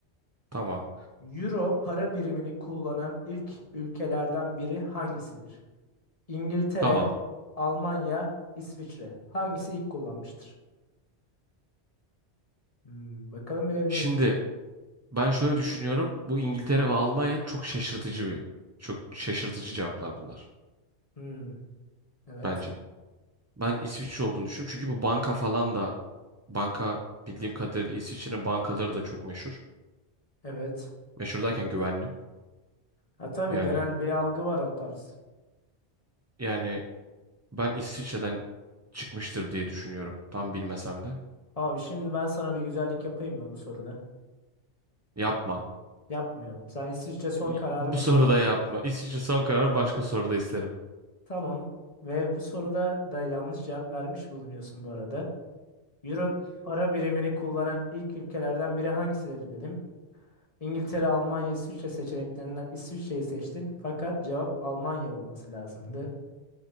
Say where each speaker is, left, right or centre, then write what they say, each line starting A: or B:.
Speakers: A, on the right; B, on the left.
A: Tamam.
B: Euro para birimini kullanan ilk ülkelerden biri hangisidir? İngiltere,
A: Tamam.
B: Almanya, İsviçre. Hangisi ilk kullanmıştır? Hmm, bakalım bilebilecek
A: Şimdi
B: misin?
A: ben şöyle düşünüyorum. Bu İngiltere ve Almanya çok şaşırtıcı bir çok şaşırtıcı cevaplar bunlar
B: Hmm, evet.
A: bence. Ben İsviçre olduğunu düşünüyorum. Çünkü bu banka falan da banka bildiğim kadarıyla İsviçre'nin bankaları da çok meşhur.
B: Evet.
A: Meşhur derken güvenli.
B: Ha tabii
A: Yani
B: genel bir algı var o tarz.
A: yani ben İsviçre'den çıkmıştır diye düşünüyorum. Tam bilmesem de.
B: Abi şimdi ben sana bir güzellik yapayım mı bu soruda?
A: Yapma.
B: Yapmıyorum. Sen İsviçre son
A: İ-
B: kararı
A: Bu
B: mı
A: soruda
B: diyordun?
A: yapma. İsviçre son kararı başka soruda isterim.
B: Tamam. Ve bu soruda da yanlış cevap vermiş bulunuyorsun bu arada. Euro para birimini kullanan ilk ülkelerden biri hangisidir dedim. İngiltere, Almanya, İsviçre seçeneklerinden İsviçre'yi seçtin. Fakat cevap Almanya olması lazımdı.